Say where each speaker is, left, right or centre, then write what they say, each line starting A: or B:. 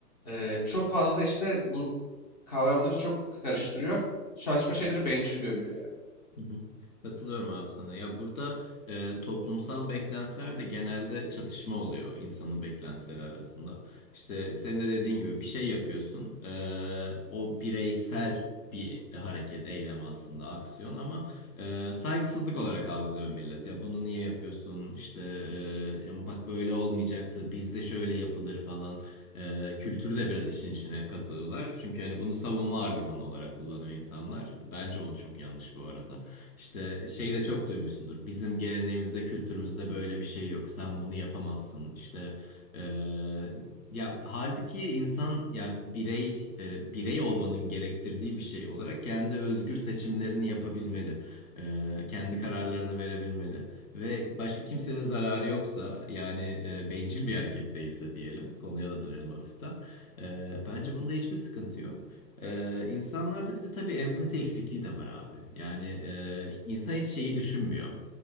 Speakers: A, on the left; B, on the left.
A: Eee, çok fazla işte bu kavramları çok karıştırıyor. Saçma şeyleri bencil görüyor yani.
B: Hı hı. Katılıyorum abi sana. Ya burada e, toplumsal beklentiler de genelde çatışma oluyor insanın beklentileri arasında. İşte sen de dediğin gibi bir şey yapıyorsun. E, o bireysel bir hareket, eylem aslında aksiyon ama e, saygısızlık olarak algılıyor millet. Ya bunu niye yapıyorsun? İşte e, ya bak böyle olmayacaktı. Bizde şöyle yapılır falan. E, kültürü de biraz işin içine katılıyorlar. Çünkü hani bunu savunma argümanı olarak kullanıyor insanlar. Bence o da çok yanlış bu arada. İşte şeyi de çok duymuşsundur. Bizim geleneğimizde, kültürümüzde böyle bir şey yok. Sen bunu yapamazsın. İşte eee, ya halbuki insan ya birey e, birey olmanın gerektirdiği bir şey olarak kendi özgür seçimlerini yapabilmeli. Eee, kendi kararlarını verebilmeli ve başka kimseye zararı yoksa yani e, bencil bir hareket değilse diyelim konuya da dönelim hafiften. Eee, bence bunda hiçbir sıkıntı yok. Ee, insanlarda bir de tabii empati eksikliği de var abi. Yani e, insan hiç şeyi düşünmüyor.